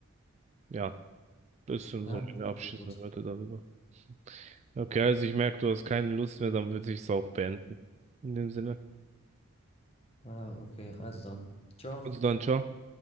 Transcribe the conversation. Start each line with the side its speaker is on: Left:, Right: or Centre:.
Right: Ja, das sind
Left: Ja,
Right: so meine
Left: okay,
Right: abschließenden
Left: gut.
Right: Wörter darüber. Okay, also ich merke, du hast keine Lust mehr, dann würde ich es auch beenden. In dem Sinne.
Left: Ah, okay, also dann. Ciao.
Right: Also dann, ciao.